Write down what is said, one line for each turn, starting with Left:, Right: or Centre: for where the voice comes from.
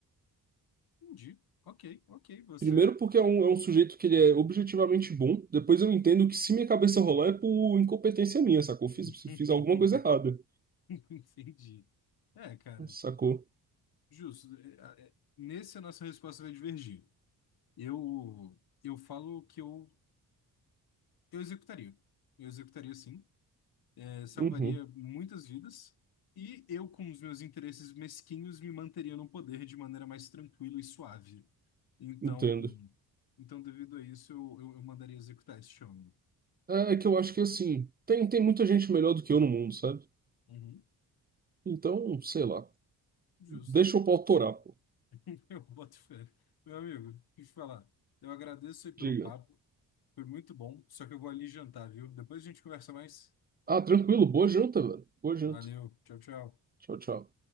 Left: Entendi. Ok, ok, você.
Right: Primeiro porque é um, é um sujeito que ele é objetivamente bom. Depois eu entendo que se minha cabeça rolar é por incompetência minha, sacou? Fiz,
Left: <laughs>
Right: fiz alguma coisa errada,
Left: Entendi. É, cara,
Right: sacou?
Left: justo. É, é, Nesse a nossa resposta vai divergir. Eu, eu falo que eu, eu executaria. Eu executaria sim. eh, salvaria
Right: Uhum,
Left: muitas vidas. E eu, com os meus interesses mesquinhos, me manteria no poder de maneira mais tranquila e suave. Então,
Right: entendo.
Left: então devido a isso, eu, eu, eu mandaria executar esse homem.
Right: É que eu acho que assim, tem, tem muita gente melhor do que eu no mundo, sabe?
Left: Uhum,
Right: Então, sei lá.
Left: justo.
Right: Deixa o eu torar, pô.
Left: <laughs> Eu boto fé. Meu amigo, deixa eu te falar. Eu agradeço aí pelo
Right: Diga.
Left: papo. Foi muito bom. Só que eu vou ali jantar, viu? Depois a gente conversa mais.
Right: Ah, tranquilo. Boa janta, velho. Boa janta.
Left: Valeu. Tchau, tchau.
Right: Tchau, tchau.